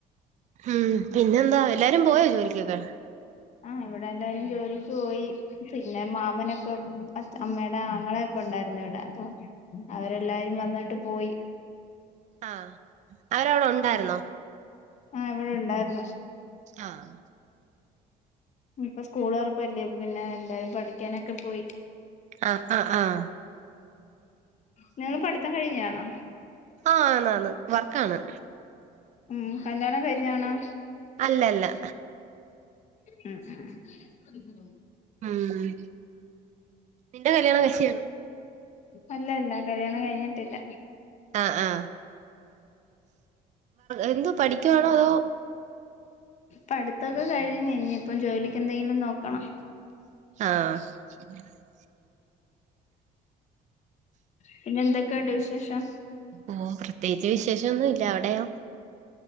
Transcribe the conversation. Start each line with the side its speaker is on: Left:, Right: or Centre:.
Right: ഉം പിന്നെന്താ എല്ലാരും പോയോ ജോലിക്കൊക്കെ
Left: ആഹ് ഇവിടെല്ലാരും ജോലിക്ക് പോയി പിന്നെ മാമനൊക്കെ അമ്മയുടെ ആങ്ങളെക്കെ ഉണ്ടായിരുന്നു ഇവിടെ അപ്പൊ അവരെല്ലാരും വന്നിട്ട് പോയി
Right: ആഹ് അവരവിടെ ഉണ്ടായിരുന്നോ
Left: ആഹ് ഇവിടെ ഉണ്ടായിര്ന്നു
Right: ആഹ്
Left: ഇപ്പ സ്കൂൾ ഉറപ്പല്ലേ പിന്നെ എല്ലാരും പഠിക്കാനൊക്കെ പോയി
Right: ആഹ് ആഹ് ആഹ്
Left: നിങ്ങള് പഠിത്തം കഴിഞ്ഞാണോ
Right: ആഹ് ആന്നന്ന് വർക്കാണ്
Left: ഉം കല്ല്യാണം കഴിഞ്ഞാണോ
Right: അല്ല അല്ല
Left: ഉം ഉം
Right: ഉം നിന്റെ കല്യാണം കഴിച്ചയാണോ
Left: <inaudible> അല്ലല്ല കല്യാണം കഴിഞ്ഞിട്ടില്ല
Right: ആഹ് ആഹ് എന്തോ പഠിക്കുവാണോ അതോ
Left: പഠിത്തൊക്കെ കഴിഞ്ഞ് ഇനി ഇപ്പൊ ജോലിക്ക് എന്തെങ്കിലും നോക്കണം
Right: ആഹ് <inaudible>
Left: പിന്നെ എന്തൊക്കെയുണ്ട് വിശേഷം
Right: ഓഹ് പ്രത്യേകിച്ച് വിശേഷ ഒന്നുല്ല അവിടെയോ